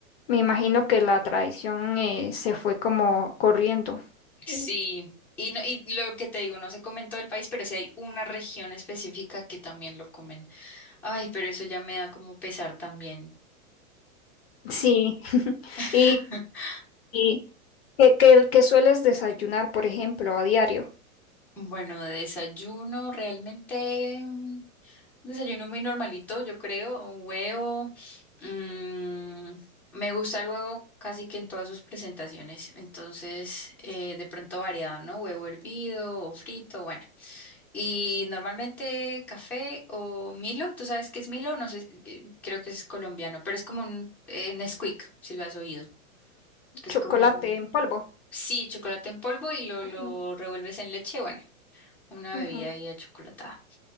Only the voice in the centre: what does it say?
Sí,
y, no, y lo que te digo, no se come en todo el país, pero sí hay una región específica que también lo comen. Ay, pero eso ya me da como pesar también.
<laughs>
Bueno, de desayuno, realmente mm, desayuno muy normalito, yo creo, un huevo. mm, me gusta el huevo casi que en todas sus presentaciones, entonces eh, de pronto variado, ¿no? Huevo hervido o frito, bueno. Y normalmente café o Milo, ¿tú sabes qué es Milo? No sé, eh, creo que es colombiano, pero es como un eh, Nesquik, si lo has oído, que es
como,
sí, chocolate en polvo y lo,
lo revuelves en leche, bueno, una
bebida ahí achocolatada.